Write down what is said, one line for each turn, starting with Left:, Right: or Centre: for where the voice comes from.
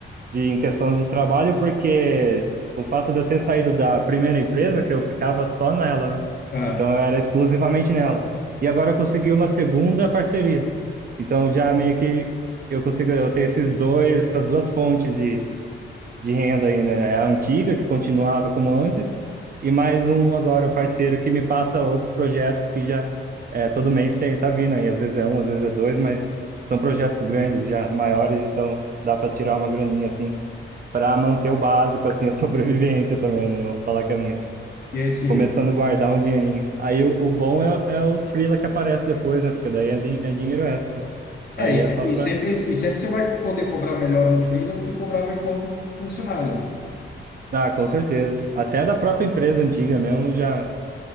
Right: de em questão de trabalho, porque o fato de eu ter saído da primeira empresa, que eu ficava só nela, né?
Left: Ah,
Right: Então eu era exclusivamente nela. E agora eu consegui uma segunda parceria. Então já meio que eu consigo, eu tenho esses dois, essas duas fontes de renda aí, né? É a antiga, que continuava como antes, e mais um agora, o parceiro que me passa outros projetos que já é, todo mês tem, tá vindo aí. Às vezes é um, às vezes é dois, mas são projetos grandes, já maiores, então dá para tirar uma graninha, assim, para manter o básico, assim, <laughs> a sobrevivência também, né? não vou falar que é muito.
Left: E esse,
Right: Começando a guardar um dinheirinho. Aí o, o bom é, é os freela que aparece depois, né? Porque daí é, di- é dinheiro extra.
Left: é,
Right: Aí
Left: e,
Right: é
Left: se-
Right: só pra.
Left: e sempre, e sempre você vai poder cobrar melhor no freela do que cobrava enquanto funcionário, né?
Right: Ah, com certeza. Até da própria empresa antiga mesmo já